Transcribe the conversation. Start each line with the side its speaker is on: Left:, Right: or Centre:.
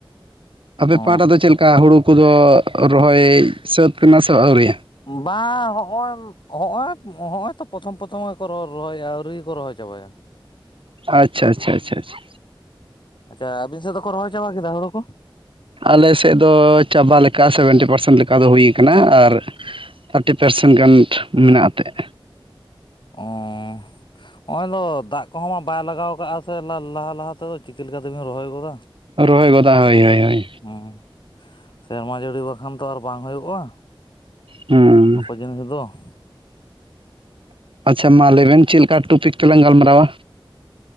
Right: ᱟᱯᱮ
Left: ᱚ
Right: ᱯᱟᱦᱴᱟᱫᱚ ᱪᱮᱫ ᱞᱮᱠᱟ ᱦᱩᱲᱳ ᱠᱚᱫᱚ ᱨᱚᱦᱚᱭ ᱥᱟᱹᱛ ᱠᱱᱟ ᱥᱮ ᱟᱹᱣᱨᱤ?
Left: ᱵᱟ ᱦᱚᱼᱚᱢ ᱦᱚᱜᱼᱚᱭ ᱦᱚᱜᱼᱚᱭ ᱛᱚ ᱯᱨᱚᱛᱷᱚᱢ ᱯᱨᱚᱛᱷᱚᱢ ᱜᱮᱠᱚ ᱨᱚ-ᱨᱚᱦᱚᱭᱟ ᱟᱹᱣᱨᱤ ᱠᱚ ᱨᱚᱦᱚᱭ ᱪᱟᱵᱟᱭᱟ᱾
Right: ᱟᱪᱪᱷᱟ ᱟᱪᱪᱷᱟ ᱪᱷᱟ ᱪᱷᱟ᱾
Left: ᱟᱪᱪᱷᱟ ᱟᱹᱵᱤᱱ ᱥᱮᱫ ᱫᱚᱠᱚ ᱨᱚᱦᱚᱭ ᱪᱟᱵᱟ ᱠᱮᱫᱟ ᱦᱳᱲᱳ ᱠᱚ?
Right: ᱟᱞᱮ ᱥᱮᱫ ᱫᱚ ᱪᱟᱵᱟ ᱞᱮᱠᱟ ᱥᱮᱵᱷᱮᱱᱴᱤ ᱯᱟᱨᱥᱮᱱ ᱞᱮᱠᱟ ᱫᱚ ᱦᱩᱭ ᱠᱟᱱᱟ ᱟᱨ ᱛᱷᱟᱨᱴᱤ ᱯᱟᱨᱥᱮᱱᱴ ᱜᱟᱱ ᱢᱮᱱᱟᱜ ᱮᱛᱮᱜ᱾
Left: ᱚᱸᱻ ᱦᱚᱜᱼᱚᱭ ᱫᱚ ᱫᱟᱜ ᱠᱚᱦᱚᱸ ᱵᱟᱭ ᱞᱟᱜᱟᱣ ᱟᱠᱟᱜᱼᱟ ᱥᱮ ᱞᱟᱦᱟ ᱞᱟᱦᱟ ᱛᱮᱫᱚ ᱪᱤᱠᱟᱹ ᱞᱮᱠᱟᱛᱮᱵᱤᱱ ᱨᱚᱦᱚᱭ ᱜᱚᱫᱟ᱾
Right: ᱨᱚᱦᱚᱭ ᱜᱚᱫᱟ ᱦᱳᱭ ᱦᱳᱭ ᱦᱳᱭ᱾
Left: ᱦᱩᱸ, ᱥᱮᱨᱢᱟ ᱡᱟᱹᱲᱤ ᱵᱟᱠᱷᱟᱱ ᱛᱚ ᱟᱨ ᱵᱟᱝ ᱦᱳᱭᱳᱜᱼᱟ᱾
Right: ᱦᱩᱸ᱾
Left: <unintelligible>
Right: ᱟᱪᱪᱷᱟ ᱢᱟ ᱞᱟᱹᱭᱵᱮᱱ ᱪᱮᱜ ᱞᱮᱠᱟ ᱴᱚᱯᱤᱠ ᱛᱮᱞᱟᱝ ᱜᱟᱞᱢᱟᱨᱟᱣᱟ?